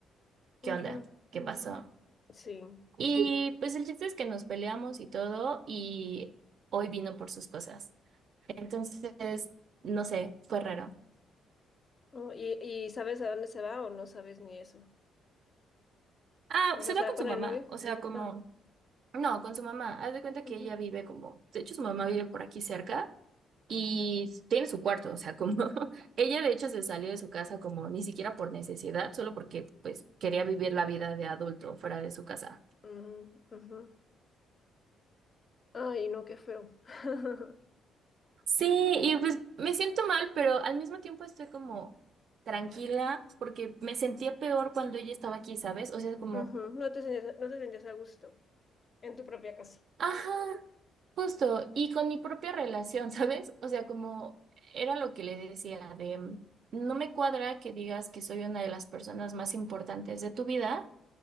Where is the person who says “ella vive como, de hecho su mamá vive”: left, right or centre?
Right